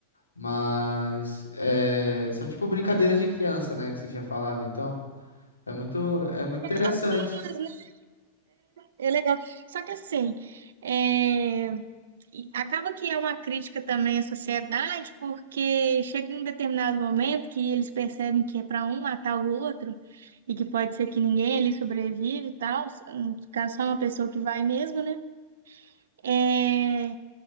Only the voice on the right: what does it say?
Algumas É, é legal. Só que assim, é, e acaba que é uma crítica também à sociedade, porque chega em um determinado momento que eles percebem que é para um matar o outro, e que pode ser que ninguém ali sobrevive e tal, no caso só uma pessoa que vai mesmo, né? É, é,